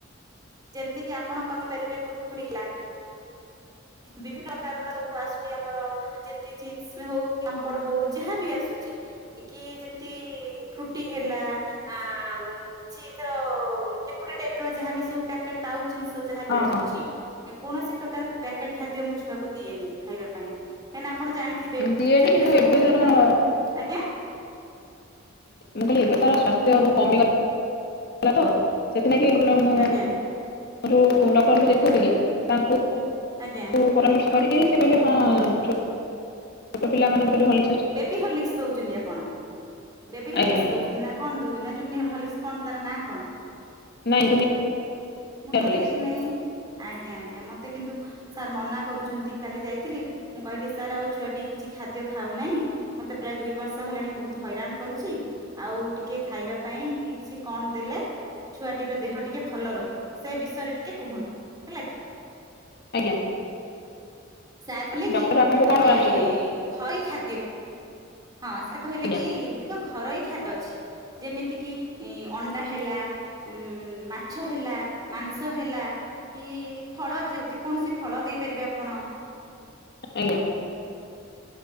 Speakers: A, on the right; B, on the left.
A: ଯେମତି କି ଆପଣ କହିପାରିବେ କୁୁରକୁୁରୀ ହେଲା ବିଭିନ୍ନ ପ୍ରକାରର ସବୁ ଆସୁଛି ଆମର ଯେମତି ଚିପ୍ସ ହଉ ପାମ୍ପଡ ହଉ ଯାହାବ ଆସୁଛି କି ଯେମିତି ଫ୍ରୁଟି ହେଲା ଆ କିଛି ଧର ଲିଡ ଟାଇପ ର ଯାହାବ ସବୁ ତା ଜିନିଷ ଯାହା ବି
B: ହଁ
A: ଆସୁଛି।
B: ହଁ
A: କୌଣସି ପ୍ରକାର ପ୍ୟାକେଟ ଖାଦ୍ୟ ମୁଁ ଛୁଆକୁ ଦିଏନି ଖାଇବା ପାଇଁ କାଁକିନା ଆପଣ ଜାଣିଥିବେ
B: ଦିଏନି
A: ସେଥିରେ
B: କିନ୍ତୁ
A: ସବୁ
B: ଏବେ
A: ବିଭିନ୍ନ
B: ତାର ମୁଁ
A: ପ୍ର ଆଜ୍ଞା।
B: ମୁଁ କହିଲି ଏବେ ତାର ସ୍ୱାସ୍ଥ୍ୟ ବହୁ କମିଗଲା ତ। <unintelligible>
A: ଆଜ୍ଞା
B: ଯୋଉ ଡକ୍ଟରଙ୍କୁ ଦେଖଉଥିଲି ତାଙ୍କୁ
A: ଆଜ୍ଞା
B: ଓ ପରାମର୍ଶ କରି <unintelligible> ହଁ ଛୋଟ ପିଲାମାନଙ୍କର ଯ ଭଳି
A: ବେବି ହର୍ଲିକସ ଦଉଛନ୍ତି ଆପଣ। ବେବି ହଲିକ୍ସ
B: ଆଜ୍ଞା ଆଜ୍ଞା
A: ଦଉଛନ୍ତି ନା କଣ ଦଉଛନ୍ତି ଜୁନିୟର ହଲିକସ କ ତାର ନା କଣ?
B: ନାଇଁ ଯୋଉ ନିଆର
A: ମୁଁ ତ
B: ହଲିକ୍ସ
A: ଦେଇନହିଁ ଆଜ୍ଞା ଆଜ୍ଞା ମତେ କିନ୍ତୁ ସାର୍ ମନା କରୁଛନ୍ତି। କାଲି ଯାଇଥିଲି ମୁଁ କହିଲି ସାର୍ ଆଉ ଛୁଆଟି କିଛି ଖାଦ୍ୟ ଖାଉନାହିଁ। ମତେ ପ୍ରାୟ ଦୁଇ ମାସ ହେଲାଣି ବହୁତ ହଇରାଣ କରୁଛି ଆଉ ଟିକେ ଖାଇବା ପାଇଁ କି କିଛି କଣ ଦେଲେ ଛୁଆଟିର ଦେହ ଟିକେ ଭଲ ରହିବ ସେ ବିଷୟରେ ଟିକେ କୁହନ୍ତୁ। ହେଲା କି?
B: ଆଜ୍ଞା।
A: ସାର୍ କଲେ କି
B: ଡକ୍ଟର ଆପଣଙ୍କୁ
A: ତମେ
B: କଣ ପରାମର୍ଶ ଦେଲେ
A: ଘଇ ଖାଦ୍ୟ। ହଁ ସାର୍ କହିଲେ
B: ଆଜ୍ଞା
A: କି ଯେତ ଘରୋଇ ଖାଦ୍ୟ ଅଛି ଯେମିତି କିି ଅଣ୍ଡା ହେଲା ଉ ମାଛ ହେଲା ମାଂସ ହେଲା କି ଫଳ ଯେକୌଣସି ଫଳ ଦେଇପାରିବେ ଆପଣ।
B: ଆଜ୍ଞା।